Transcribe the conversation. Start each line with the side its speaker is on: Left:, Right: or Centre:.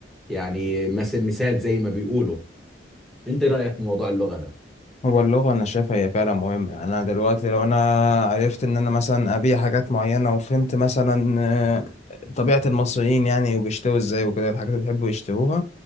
Centre: يعني مثل مثال زي ما بيقولوا انت إيه رأيك في موضوع اللغة ده
Left: هو اللغة أنا شايفها هي فعلا مهمة يعني أنا دلوقتي لو أنا عرفت إن أنا مثلا أبيع حاجات معينة وفهمت مثلا آه، طبيعة المصريين يعني وبيشتروا إزاي وكده الحاجات اللي بيحبوا يشتروها